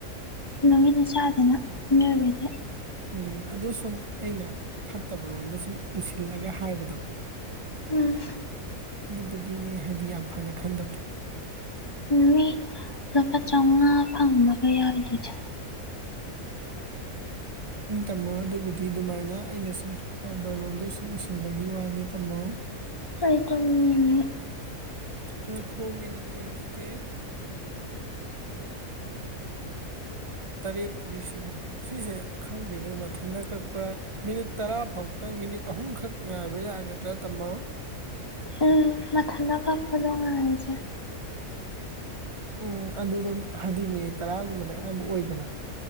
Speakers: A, on the left; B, on the right.
A: ꯅꯨꯃꯤꯠꯅ ꯆꯥꯗꯦꯅ ꯃꯤꯑꯣꯏꯕꯗꯤ
B: ꯎꯝ ꯑꯗꯨ ꯁꯨꯝ ꯑꯩꯅ ꯐꯠꯇꯕ ꯔꯣꯝꯗ ꯁꯨꯝ ꯎꯁꯤꯜꯂꯒ ꯍꯥꯏꯕꯗꯣ
A: ꯎꯝ
B: ꯑꯗꯨꯗꯨꯒꯤꯅꯦ ꯍꯥꯏꯗꯤ ꯌꯥꯝ ꯐꯅ ꯈꯟꯗꯕꯗꯣ
A: ꯃꯤ ꯂꯨꯄꯥ ꯆꯥꯃꯉꯥ ꯐꯪꯕꯒ ꯌꯥꯎꯔꯤꯗꯨꯗꯤ
B: ꯎꯝ ꯇꯝꯃꯣ ꯑꯗꯨꯕꯨꯗꯤ ꯑꯗꯨꯃꯥꯏꯅ ꯑꯩꯅ ꯁꯨꯝ ꯐꯇꯕꯥꯔꯣꯝꯗꯣ ꯁꯨꯝ ꯎꯁꯤꯟꯕꯒꯤ ꯋꯥꯅꯤ ꯇꯝꯃꯣ
A: ꯑꯩ ꯇꯨꯝꯅꯤꯡꯉꯦ
B: ꯉꯥꯢꯈꯣ ꯃꯤꯅꯤꯠ ꯌꯦꯡꯈꯤꯒꯦ ꯇꯔꯦꯠꯄꯨꯗꯤ ꯁꯨꯔꯦ ꯁꯤꯁꯦ ꯈꯪꯗꯦꯅꯦ ꯃꯊꯟꯗ ꯀꯛꯄ ꯃꯤꯅꯤꯠ ꯇꯔꯥ ꯐꯥꯎꯇꯪ ꯃꯤꯅꯤꯠ ꯑꯍꯨꯝꯈꯛ ꯉꯥꯏꯕ ꯌꯥꯒꯗ꯭ꯔꯥ ꯇꯥꯝꯃꯣ
A: ꯎꯝ ꯃꯊꯥꯟꯇ ꯀꯛꯄꯗꯣ ꯉꯥꯢꯔꯁꯦ
B: ꯎꯝ ꯑꯗꯨ ꯑꯗꯨꯝ ꯍꯥꯏꯗꯤ ꯃꯦ ꯇꯔꯥꯒꯨꯝꯕꯅ ꯑꯌꯥꯝꯕ ꯑꯣꯏꯗꯅ